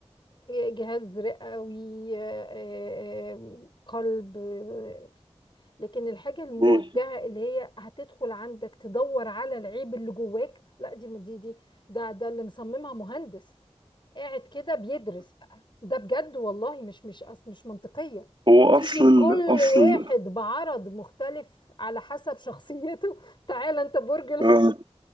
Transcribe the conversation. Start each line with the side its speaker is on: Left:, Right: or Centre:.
Left: جهاز رئوي آه، قلب آه، لكن الحاجة الموجهة
Right: مم.
Left: اللي هي هتدخل عندك تدور على العيب اللي جواك لا دي دي دي ده ده اللي مصممها مهندس قاعد كده بيدرس بقى ده بجد والله مش مش أص- مش منطقية
Right: هو
Left: تيجي
Right: اصل
Left: لكل
Right: ال... اصل
Left: واحد
Right: ال...
Left: بعرض مختلف على حسب شخصيته <laughs> تعالى انت برج الحوت
Right: آه.